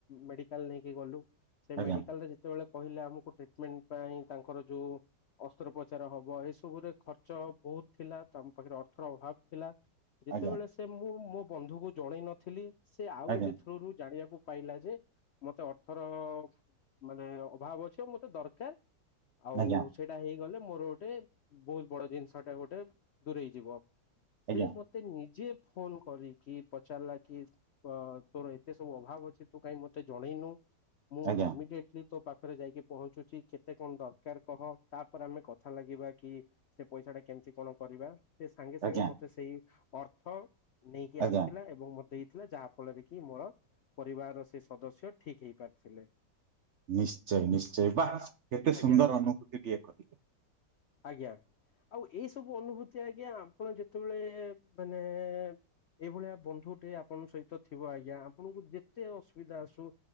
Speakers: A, on the left (about 85°); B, on the right (about 60°).
A: ମେଡିକାଲ ନେଇକି ଗଲୁ। ସେ
B: ଆଜ୍ଞା
A: ମେଡିକାଲରେ ଯେତେବେଳେ କହିଲେ ଆମକୁ ଟ୍ରିଟମେଣ୍ଟ ପାଇଁ ତାଙ୍କର ଯୋଉ ଅସ୍ତ୍ରୋପଚାର ହବ ଏ ସବୁରେ ଖର୍ଚ ବହୁତ୍ ଥିଲା ତ ଆମ ପାଖରେ ଅର୍ଥର ଅଭାବ ଥିଲା।
B: ଆଜ୍ଞା
A: ସେତେବେଳେ ସେ ମୁଁ ମୋ ବନ୍ଧୁକୁ ଜଣେଇ ନଥିଲି ସେ ଆଉ
B: ଆଜ୍ଞା
A: ଗୋଟେ ଛୁ ପାଖରୁ ଜାଣିବାକୁ ପାଇଲା ଯେ ମତେ ଅଠର ମାନେ ଅଭାବ ଅଛି, ଆଉ ମତେ ଦରକାର। ଆଉ
B: ଆଜ୍ଞା ଆଜ୍ଞା
A: ସେଇଟା ହେଇଗଲେ ମୋର ଗୋଟେ ବହୁତ ବଡ ଜିନିଷ ଟା ଗୋଟେ ଦୂରେଇଯିବ। ସେ
B: ଆଜ୍ଞା
A: ମତେ ନିଜେ ଫୋନ୍ କରିକି ପଚାରିଲା କି ଅ ତୋର ଏତେ ସବୁ ଅଭାବ ଅଛି ତୁ କାଇଁ ମତେ ଜଣେଇନୁ। ମୁଁ
B: ଆଜ୍ଞା
A: ଇମିଡିଏଟିଲି ତୋ ପାଖରେ ଯାଇକି ପହଞ୍ଚୁଚି କେତେ କଣ ଦରକାର କହ ତାପରେ ଆମେ କଥା ଲାଗିବା କି ସେ ପଇସା ଟା କେମିତି କଣ କରିବା। ସେ ସାଙ୍ଗେ ସାଙ୍ଗେ
B: ଆଜ୍ଞା ଆଜ୍ଞା ଆଜ୍ଞା
A: ମତେ ସେଇ ଅର୍ଥ ନେଇକି
B: ଆଜ୍ଞା
A: ଆସିଲା ଏବଂ ମୋତେ ଦେଇଥିଲା ଯାହା ଫ ଫଳରେ କି ମୋର ପରିବାରର ସେ ସଦସ୍ୟ ଠିକ୍ ହେଇ ପାରିଥିଲେ।
B: ନିଶ୍ଚୟ ନିଶ୍ଚୟ ବାଃ କେତେ
A: ଆଜ୍ଞା।
B: ସୁନ୍ଦର ଅନୁଭୂତି ଟିଏ କହିଲେ।
A: ଆଜ୍ଞା ଆଉ ଏଇ ସବୁ ଅନୁଭୂତି ଆଜ୍ଞା ଆପଣ ଯେତେବେଳେ ମାନେ ଏଇଭଳିଆ ବନ୍ଧୁ ଟେ ଆପଣଙ୍କ ସହିତ ଥିବ ଆଜ୍ଞା ଆପଣଙ୍କୁ ଯେତେ ଅସୁବିଧା ଆସୁ